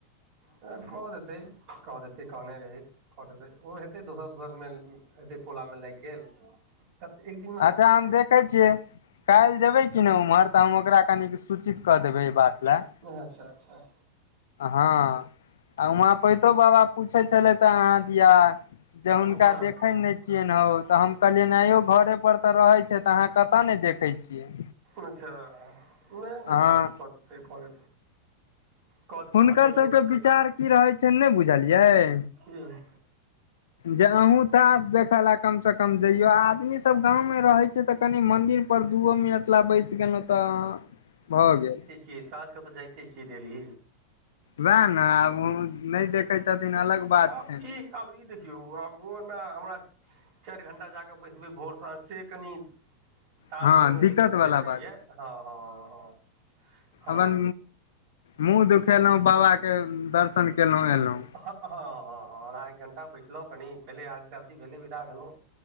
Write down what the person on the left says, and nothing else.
अच्छा, हम देखे छियै, काल्हि जेबै कि नहि उम्हर। तऽ हम ओकरा कनि कऽ सूचित कऽ देबै ई बात लाय,
हँ। आ, वहाँ पैतो बाबा पूछे छलैथ। कहाँ दिया जे हुनका
देखे ने छिय हौ तऽ हम कहदेलिये आयो घरे तऽ रहै छै, अहाँ कत न देखै छियै।
अहाँ
हुनकर
सभके
विचार कि रहै छै, नहि बुझलियै।
जे अहूँ तास देखे लऽ कम से कम जइयो आदमी सब गाम मे रहे छै त कनि मंदिर दू ओ मिनट ल बैस गेलहु त भऽ गेल
वैह नहि आब ओ नहि देखै छथिन अलग बात
छनि
हँ
वाला
बात
अपन मुँह दुखेलू
बाबा के दर्शन केलो एलो